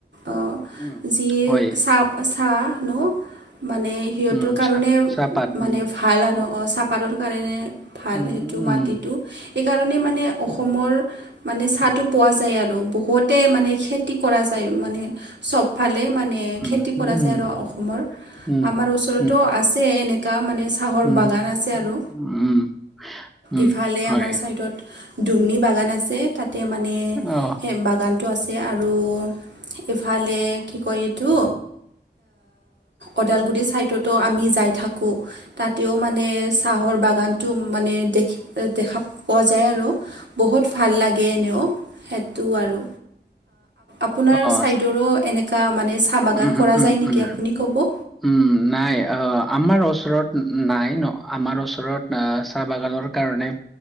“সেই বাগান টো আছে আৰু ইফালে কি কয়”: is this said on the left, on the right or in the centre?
Right